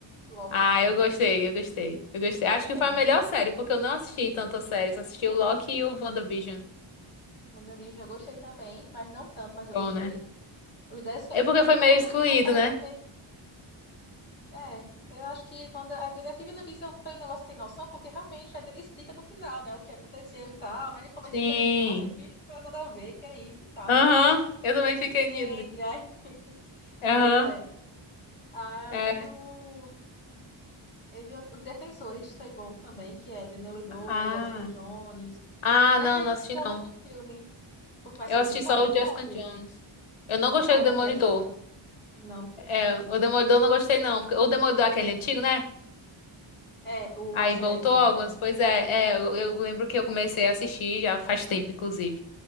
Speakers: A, on the left (about 20°); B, on the left (about 80°).
A: Loki
B: Ah,
A: é bom.
B: eu gostei, eu gostei. Eu gostei. Acho que
A: É,
B: foi a melhor série, porque eu não assisti tanta série, só assisti o Loki e o WandaVision.
A: WandaVision eu gostei também, mas não tanto, mas eu
B: Bom,
A: gostei.
B: né?
A: Os 10, fe-
B: É porque
A: As
B: foi
A: as
B: meio
A: WandaVision
B: excluído,
A: parecem
B: né?
A: meio... É, eu acho que quando... às vezes aqui WandaVision foi um negócio sem noção, porque realmente aí explica no final, né, o que aconteceu e tal, mas no começo
B: Sim.
A: ele fica assim, que, nossa, que nada a ver, que é isso e tal.
B: Aham. Eu também
A: A gente
B: fiquei.
A: entende,
B: ni-
A: aí...
B: Aham.
A: Pois é. Aí
B: É.
A: o Eu vi Os Defensores foi bom também, que é Demolidor,
B: Ah.
A: Jessica Jones.
B: Ah,
A: Pena
B: não,
A: que eles
B: não
A: não
B: assisti
A: foram
B: não.
A: no filme. Porque- Mas
B: Eu
A: foi
B: assisti
A: muito bom,
B: só
A: muito
B: o Jessica
A: bom, viu?
B: Jones. Eu não
A: Muito
B: gostei
A: bom,
B: do
A: né,
B: Demolidor.
A: Jessica Jones? Não,
B: É,
A: eu
B: o
A: gosto.
B: Demolidor eu não gostei não, porque o Demolidor é aquele antigo, né?
A: É, o,
B: Aí
A: a série
B: voltou
A: deles,
B: algumas,
A: é.
B: pois é, é, eu, eu lembro que eu comecei a assistir já faz tempo, inclusive.